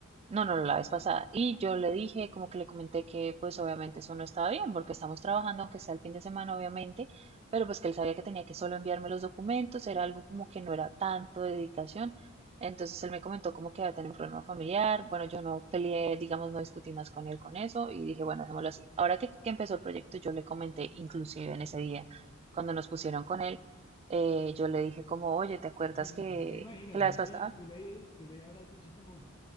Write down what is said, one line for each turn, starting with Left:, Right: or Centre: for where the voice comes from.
Right: no, no, no, la vez pasada. Y yo le dije, como que le comenté que pues obviamente eso no estaba bien, porque estamos trabajando, aunque sea el fin de semana, obviamente, pero pues que él sabía que tenía que solo enviarme los documentos, era algo como que no era tanto de dedicación. Entonces él me comentó como que iba a tener un problema familiar. Bueno, yo no peleé, digamos, no discutí más con él con eso y dije, bueno, hacémoslo así. Ahora que, que empezó el proyecto, yo le comenté, inclusive en ese día, cuando nos pusieron con él, eh, yo le dije como, oye, ¿te acuerdas
Left: <laughs>
Right: que,
Left: Yo me imagino,
Right: que
Left: yo,
Right: la vez pasada?
Left: sí, tú le, tú le habrás dicho como,